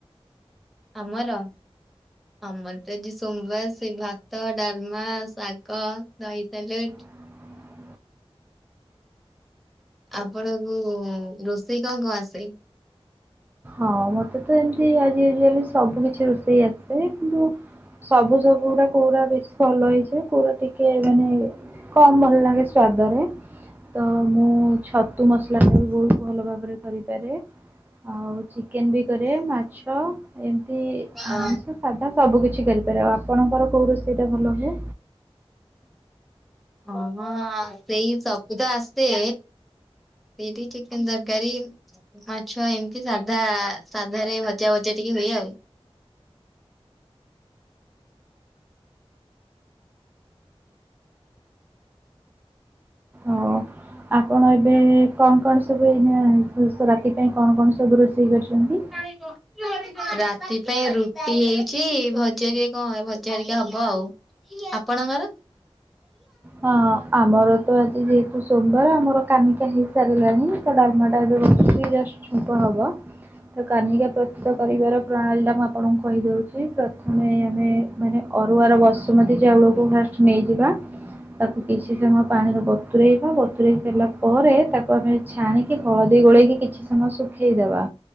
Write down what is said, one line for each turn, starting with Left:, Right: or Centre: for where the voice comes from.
Centre: ଆମର ଆମର ତ ଆଜି ସୋମବାର, ସେଇ ଭାତ, ଡାଲମା, ଶାଗ, ଦହି ସାଲାଡ୍
Right: <unintelligible>
Centre: ଆପଣ ଙ୍କୁ ରୋଷେଇ କଣ କଣ ଆସେ?
Right: ହଁ, ମତେ ତ ଏମିତି ଆଜି ୟୁଲି ସବୁ କିଛି ରୋଷେଇ ଆସେ, କିନ୍ତୁ ସବୁ ସବୁ ଗୁଡା କୋଉଗୁରା ବେଶୀ ଭଲ ହେଇଯିବ, କୋଉଗୁରା ଟିକେ ମାନେ କମ୍ ଭଲ ଲାଗେ ସ୍ଵାଦରେ ତ ମୁଁ ଛତୁ ମସଲା ଟା ବି ବହୁତ ଭଲ ଭାବରେ କରିପାରେ, ଆଉ କେନ୍ ବି କରେ, ମାଛ, ଏମିତି ଆମିଷ
Centre: ଅ
Right: ସା ହଁ, ସବୁ କିିଛି କରିପାରେ, ଆଉ ଆପଣଙ୍କର କୋଉ ରୋଷେଇଟା ଭଲ ହୁଏ?
Centre: ହଁ ହଁ ସେଇ ସବୁ ତ ଆସେ <unintelligible> ଚିକେନ୍ ତରକାରୀ ମାଛ, ଏମିତି ସାଧା, ସାଧାରେ ଭଜା ଭଜା ଟିକେ ହୁଏ ଆଉ।
Right: ଆଉ ଆପଣ ଏବେ କଣ କଣ ସବୁ ଏଇନା, ରାତି ପାଇଁ କଣ କଣ ସବୁ ରୋଷେଇ କରିଚନ୍ତି?
Centre: <unintelligible> ରାତି ପାଇଁ ରୁଟି ହେଇଛି ଭଜା ଜେ କଣ ଭଜା ହେରିକା ହବ ଆଉ। ଆପଣଙ୍କର?
Right: ହଁ ହଁ ଆମର ତ ଆଜି ଯେହେତୁ ସୋମବାର ଆମର କାନିକା ହେଇ ସାରିଲାଣି ତ ଡାଲମାଟା ଏବେ ବସିଚି ଜଷ୍ଟ ହେବ କାନିକା ପ୍ରସ୍ତୁତ କରିବାର ପ୍ରଣାଳୀଟା ମୁଁ ଆପଣଙ୍କୁ କହିଦଉଛି ପ୍ର ଆମେ ଆମେ ମାନେ ଅରୁଆର ବସୁମତି ଚାଉଳ କୁ ଫାଷ୍ଟ ନେଇଯିବା ତାକୁ କିଛି ସମୟ ପାଣିରେ ବତୁରେଇବା ବତୁରେଇ ସାରିଲା ପରେ ତାକୁ ଆମେ ଛାଣିକି ହଳଦୀ ଗୋଳେଇକି କିଛି ସମୟ ଶୁଖେଇଦେବା